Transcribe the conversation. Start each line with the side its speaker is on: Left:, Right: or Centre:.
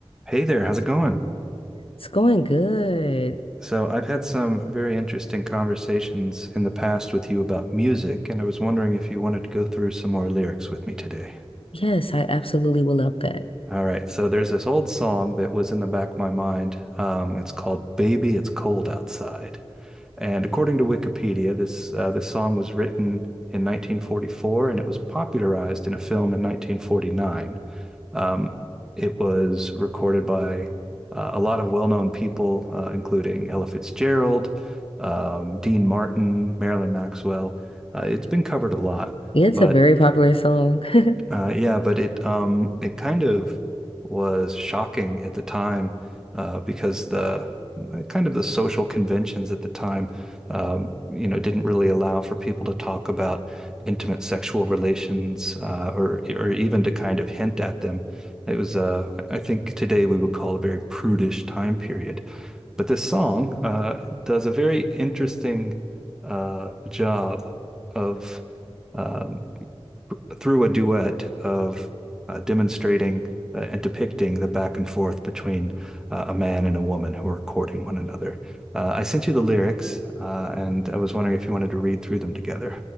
Centre: Hey there, how's it going?
Left: It's going good.
Centre: So, I've had some very interesting conversations in the past with you about music, and I was wondering if you wanted to go through some more lyrics with me today.
Left: Yes, I absolutely will love that.
Centre: All right, so there's this old song that was in the back of my mind. Um, it's called "Baby, It's Cold Outside," and according to Wikipedia, this uh, this song was written in 1944, and it was popularized in a film in 1949. Um, it was recorded by uh, a lot of well-known people, uh, including Ella Fitzgerald, um, Dean Martin, Marilyn Maxwell. Uh, it's been covered a lot,
Left: Yeah, It's
Centre: but
Left: a very popular song. <laughs>
Centre: uh, yeah, but it um it kind of was shocking at the time uh, because the like, kind of the social conventions at the time um, you know didn't really allow for people to talk about intimate sexual relations uh, or or even to kind of hint at them. It was uh, I think today we would call a very prudish time period. But this song uh, does a very interesting uh, job of. um, through a duet of uh, demonstrating uh, and depicting the back and forth between uh, a man and a woman who are courting one another. Uh, I sent you the lyrics, uh, and I was wondering if you wanted to read through them together.